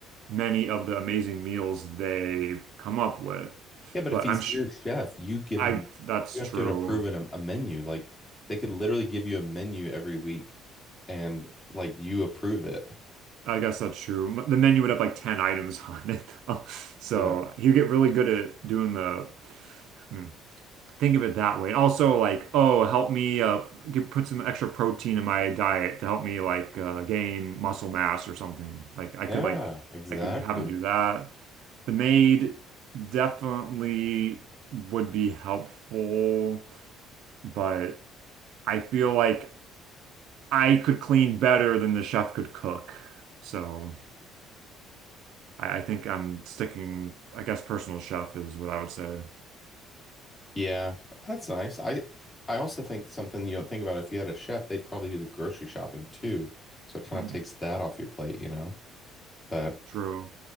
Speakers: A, on the right (about 60°); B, on the left (about 25°).
A: many of the amazing meals they come up with.
B: Yeah, but
A: But
B: if he's
A: I'm sh
B: your chef, you give
A: I
B: him,
A: that's
B: you have
A: true.
B: to approve him a a menu. Like, they could literally give you a menu every week and, like, you approve it.
A: I guess that's true. The menu would have like 10 items <laughs> on it, though. <laughs> So
B: Yeah.
A: you get really good at doing the. I mean, Think of it that way. And also like, oh, help me uh, get, put some extra protein in my diet to help me like uh, gain muscle mass or something. Like I
B: Yeah,
A: could like
B: exactly.
A: I could have him do that. The maid definitely would be helpful, but I feel like I could clean better than the chef could cook. So I, I think I'm sticking, I guess personal chef is what I would say.
B: Yeah, that's nice. I I also think something you don't think about if you had a chef, they'd probably do the grocery shopping too. So it kind
A: Hmm,
B: of takes that off your plate, you know? But
A: true.